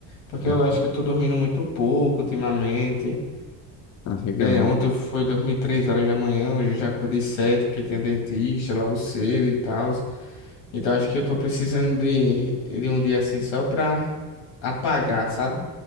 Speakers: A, on the left; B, on the left.
A: Porque
B: Ah,
A: eu acho que eu tô dormindo muito pouco ultimamente.
B: ah, legal.
A: É, ontem eu fui dormir três horas da manhã, hoje eu já acordei cedo, porque tinha dentista logo cedo e tal. Então acho que eu tô precisando de, de um dia assim só pra apagar, sabe?